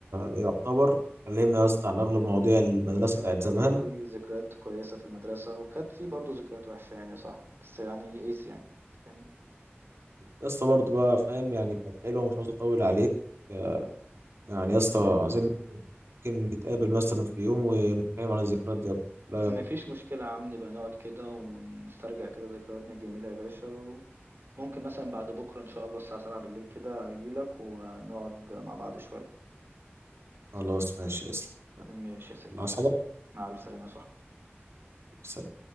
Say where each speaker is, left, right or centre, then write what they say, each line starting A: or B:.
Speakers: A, on the right; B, on the right.
A: يعتبر اتكلمنا يا اسطى عن أغلب مواضيع المدرسة
B: كانت
A: بتاعت زمان
B: والله ذكريات كويسة في المدرسة وكانت في برضه ذكريات وحشة يعني يا صاحبي بس يعني ايز يعني انت فاهم
A: يا اسطى برضه بقى فاهم يعني كانت حلوه ومش عاوز اطول عليك آه، يعني
B: حبيبي
A: يا اسطى
B: يا ساجد
A: عايزين ممكن نتقابل مثلا في يوم ونتكلم عن الذكريات دي اكتر إيه رأيك
B: مفيش مشكلة يا عم نبقى نقعد كده ونسترجع كده ذكرياتنا الجميلة يا باشا وممكن مثلا بعد بكرة إن شاء الله الساعة سبعة بالليل كده أجيلك ونقعد مع بعض شوية
A: خلاص ماشي يا اسلام
B: ماشي يا سيدي
A: الله عايز حاجه
B: مع ألف سلامة يا صاحبي
A: سلام.